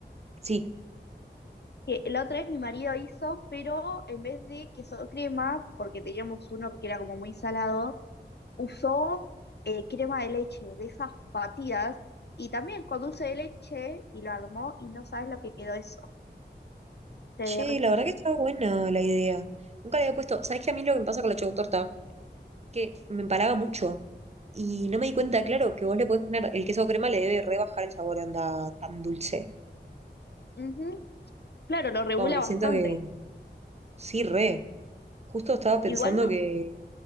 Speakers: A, on the right; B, on the left.
A: Sí.
B: que, la otra vez mi marido hizo, pero en vez de queso crema, porque teníamos uno que era como muy salado, usó eh, crema de leche, de esas batidas, y también con dulce de leche, y lo armó, y no sabes lo que quedó eso. Te
A: Che,
B: derretís.
A: la verdad que está buena la idea. Nunca le había puesto. ¿Sabes qué? A mí lo que me pasa con la chocotorta que me empalaba mucho. Y no me di cuenta, claro, que vos le podés poner el queso crema, le debe rebajar el sabor, anda tan dulce.
B: Ujú. Claro, lo regula
A: Como que
B: bastante.
A: siento que sí, re. Justo estaba pensando
B: Igual no,
A: que,